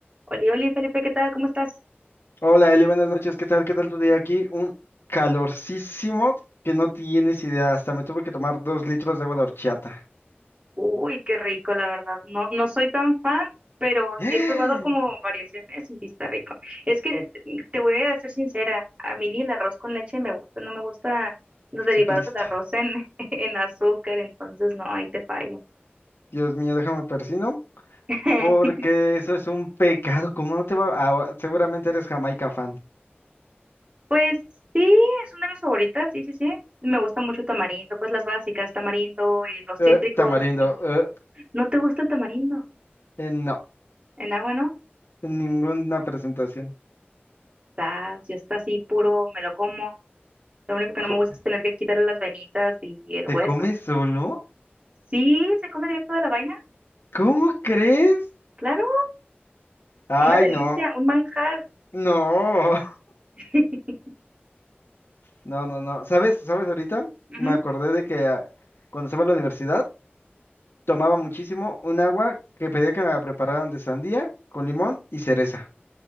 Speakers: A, on the right (about 35°); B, on the left (about 75°).
A: Oli, Oli, Felipe, ¿qué tal? ¿Cómo estás?
B: Hola Eli, buenas noches. ¿Qué tal? ¿Qué tal tu día aquí? Un calorcísimo que no tienes idea. Hasta me tuve que tomar dos litros de agua de horchata.
A: Uy, qué rico, la verdad. No, no soy tan fan, pero sí
B: <gasps>
A: he probado como variaciones y sí está rico. Es que mm, te voy a ser sincera, a mí ni el arroz con leche me gusta, no me gusta los
B: Jesucristo.
A: derivados del arroz en, <laughs> en azúcar, entonces no, ahí te fallo.
B: Dios mío, déjame persino
A: <laughs>
B: porque eso es un pecado. ¿Cómo no te va? a- seguramente eres Jamaica fan.
A: Pues sí, es una de mis favoritas, sí, sí, sí. Me gusta mucho tamarindo, pues las básicas, tamarindo y los
B: Eh,
A: cítricos.
B: tamarindo.
A: las-
B: eh,
A: ¿No te gusta el tamarindo?
B: eh, no,
A: En agua, ¿no?
B: ninguna presentación.
A: Ah, yo está así puro, me lo como. Lo único que
B: Co-
A: no me gusta es tener que quitarle las venitas y el
B: ¿Te
A: hueso.
B: comes solo?
A: Sí, se come directo de la vaina,
B: ¿Cómo crees?
A: claro,
B: Ay,
A: una delicia,
B: no.
A: un manjar.
B: No.
A: <laughs>
B: No, no, no. ¿Sabes? ¿Sabes ahorita?
A: Ujú.
B: Me acordé de que ah, cuando estaba en la universidad tomaba muchísimo un agua que pedía que me prepararan de sandía con limón y cereza.